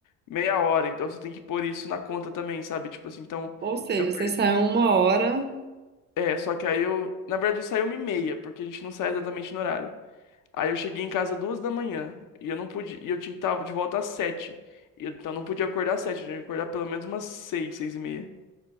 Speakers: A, on the left; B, on the right.
A: meia hora, então você tem que pôr isso na conta também, sabe? Tipo assim, então
B: Ou seja,
A: eu per-
B: você sai uma hora.
A: é, só que aí eu, na verdade eu saí uma e meia, porque a gente não sai exatamente no horário. Aí eu cheguei em casa duas da manhã e eu não podia, e eu tinha que estar de volta às sete. E eu- Então eu não podia acordar às sete, eu tinha que acordar pelo menos umas seis, seis e meia.